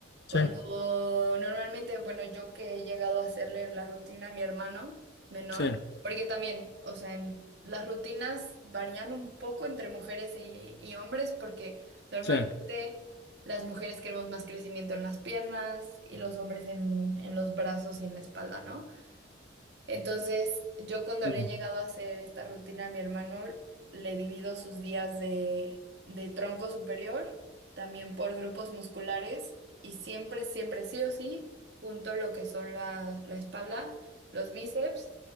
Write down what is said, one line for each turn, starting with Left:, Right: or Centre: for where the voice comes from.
Right: Cuando
Left: Sí,
Right: normalmente, bueno, yo que he llegado a hacerle la rutina a mi hermano menor,
Left: sí,
Right: porque también, o sea, en- las rutinas varían un poco entre mujeres y, y hombres, porque normalmente
Left: sí.
Right: las mujeres queremos más crecimiento en las piernas y los hombres en, en los brazos y en la espalda, ¿no? Entonces, yo cuando
Left: Mm.
Right: le he llegado a hacer esta rutina a mi hermano, le divido sus días de, de tronco superior, también por grupos musculares, y siempre, siempre, sí o sí, junto lo que son la, la espalda, los bíceps,